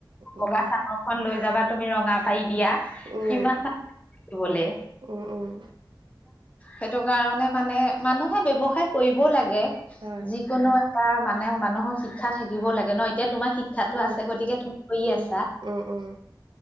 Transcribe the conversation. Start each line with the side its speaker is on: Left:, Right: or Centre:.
Right: উম
Left: বগা চাদৰখন লৈ যাবা তুমি ৰঙা পাৰি দিয়া,
Right: উম
Left: কিমান <unintelligible>
Right: উম, উম।
Left: সেইটো কাৰণে মানে মানুহে ব্যৱসায় কৰিবও লাগে,
Right: হয়
Left: যিকোনো তাৰ মানে মানুহৰ শিক্ষা থাকিবও লাগে ন, এতিয়া তোমাৰ শি ইচ্ছাতো
Right: উম
Left: আছে গতিকে তুমি কৰি
Right: উম
Left: আছা,
Right: উম উম